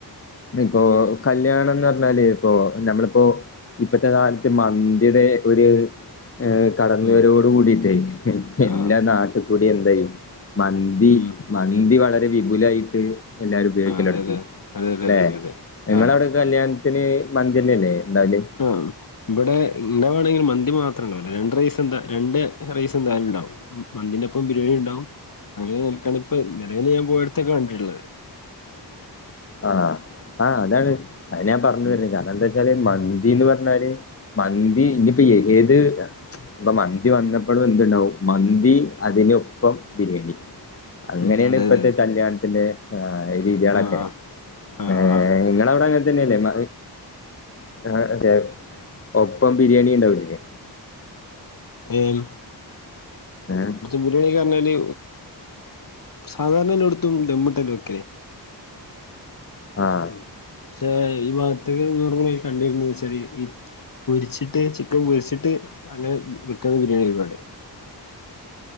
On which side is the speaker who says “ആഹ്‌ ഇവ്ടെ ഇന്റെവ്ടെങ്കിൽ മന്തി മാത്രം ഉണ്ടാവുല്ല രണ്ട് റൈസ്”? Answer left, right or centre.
Left